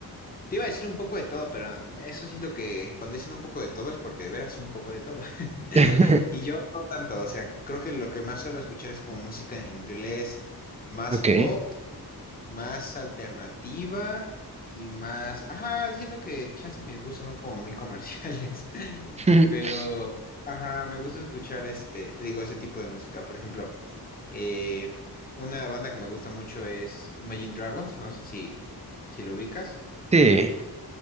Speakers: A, on the left; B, on the right.
A: te iba a decir un poco de todo, pero eso siento que cuando dicen un poco de todo es porque de veras un poco de todo. <laughs>
B: <laughs>
A: Y yo no tanto, o sea, creo que lo que más suelo escuchar es como música en inglés, más
B: Ok.
A: pop. más alternativa y más, ajá, siento que chance mis gustos son como muy comerciales, <laughs>
B: <laughs>
A: pero ajá, me gusta escuchar este, te digo, ese tipo de música. Por ejemplo, eh, una banda que me gusta mucho es Imagine Dragons, no sé si, si lo ubicas.
B: Sí.